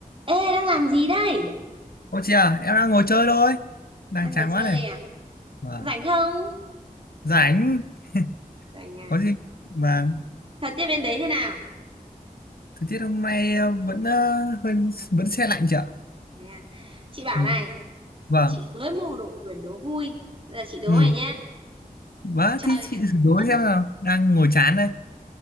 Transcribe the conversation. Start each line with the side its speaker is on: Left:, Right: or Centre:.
Right: Ê, đang làm gì đây?
Left: Ô chị à, em đang ngồi chơi thôi. Đang
Right: Đang
Left: chán
Right: ngồi chơi
Left: quá này.
Right: à?
Left: Vâng.
Right: Rảnh không?
Left: Rảnh. <laughs>
Right: Rảnh à?
Left: Có gì? Vâng.
Right: Thật tiết bên đấy thế nào?
Left: Thời tiết hôm nay ờ, vẫn ờ, hơi vẫn se lạnh chị ạ.
Right: Thế à? Chị bảo
Left: Ừ.
Right: này,
Left: Vâng.
Right: chị mới mua đồ quyển đố vui. Giờ chị đố
Left: Ừ.
Right: mày nhá.
Left: Vâng,
Right: Trời
Left: thì chị
Right: đang
Left: thử đố
Right: âm
Left: xem nào.
Right: u.
Left: Đang ngồi
Right: Ừ,
Left: chán đây.